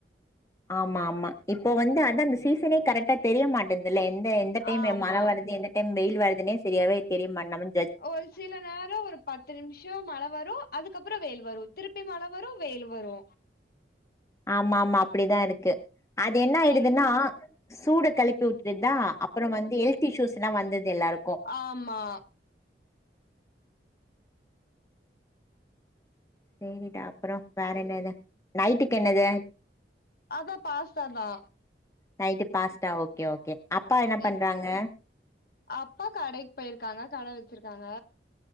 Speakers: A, on the left; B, on the left.
A: ஆமா ஆமா இப்போ வந்து அதா அந்த சீசனே கரெக்டட் தெரிய மாட்டேன்துல எந்த எந்த டைம்
B: ஆமா
A: மழ வருது எந்த டைம் வெய்யில் வருதுன்னே செரியாவே தெரியமாட் நமன்
B: ஒரு சில நேரோ ஒரு பத்து நிம்ஷ் ஷோ மழ வரு அதுக்கப்புற வெயில் வரு திருப்பி மழ வரு வெயில் வரு
A: ஆமாமா அப்டிதா இருக்கு அது என்ன ஆய்டுதுன்னா
B: என்னன்னு
A: சூட கெளப்பி வுட்டுருதா அப்பறோ வந்து ஹெல்த் இஷ்யூஸ்லா வந்துடுது எல்லாருக்கு
B: ஆமா
A: செய்திட்டு அப்பறோ வேற என்னது நைட்டுக்கு என்னது
B: அதா பாஸ்தாதா
A: நைட்டு பாஸ்தா ஓகே ஓகே அப்பா என்ன
B: என்
A: பண்றாங்க
B: அப்பா கடைக்கு பெயிருக்காங்க கடை வச்சிருக்காங்க